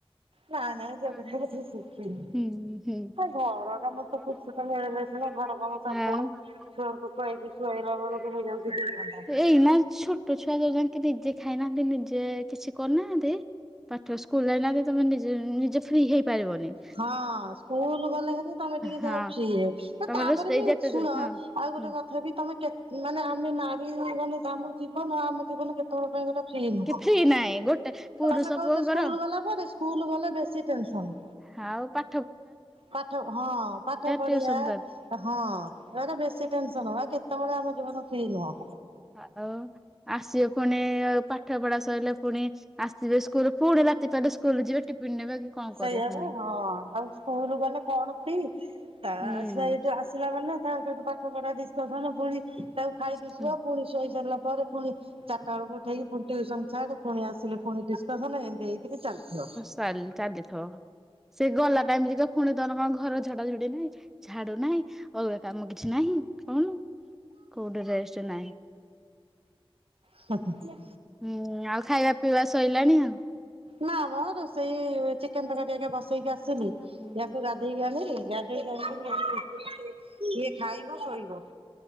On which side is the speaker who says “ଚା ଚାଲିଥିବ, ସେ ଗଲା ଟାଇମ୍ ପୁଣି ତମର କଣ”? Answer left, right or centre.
Centre